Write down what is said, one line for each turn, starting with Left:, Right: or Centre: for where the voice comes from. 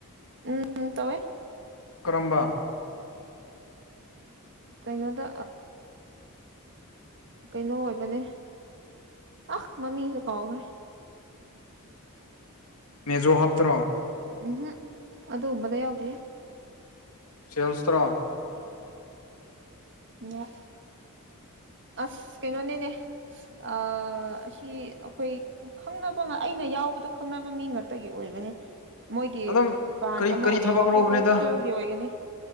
Right: ꯎꯝ ꯇꯋ
Left: ꯀꯔꯝꯕ
Right: ꯀꯩꯅꯣꯗ ꯀꯩꯅꯣ ꯑꯣꯏꯕꯅꯦ ꯑꯍ ꯃꯝꯃꯤꯁꯨ ꯀꯥꯎꯒꯦ
Left: ꯃꯦꯖꯣ ꯍꯥꯞꯇ꯭ꯔꯣ
Right: ꯎꯝꯝ ꯑꯗꯨ ꯎꯝꯕꯗ ꯌꯥꯎꯗ
Left: ꯁꯦꯜꯁꯇ꯭ꯔꯣ
Right: ꯑꯣ ꯑꯁ ꯀꯩꯅꯣꯅꯦꯅꯦ ꯑ ꯍ ꯍꯈꯣꯏ ꯎ ꯈꯪꯅꯕ ꯑꯩꯅ ꯌꯥꯎꯕꯗꯣ ꯈꯪꯅꯕ ꯃꯤ ꯉꯥꯛꯇꯒꯤ ꯑꯣꯏꯕꯅꯤ ꯃꯣꯏꯒꯤ
Left: ꯑꯗꯨꯝ
Right: ꯗꯨꯀꯥꯟ
Left: ꯀꯔꯤ
Right: ꯑꯃ
Left: ꯀꯔꯤ
Right: ꯑꯣꯏꯌꯦꯕꯀꯣ
Left: ꯊꯕꯛ ꯔꯣꯕꯅꯤꯗ
Right: ꯄꯣꯜ ꯑꯣꯏꯒꯅꯤ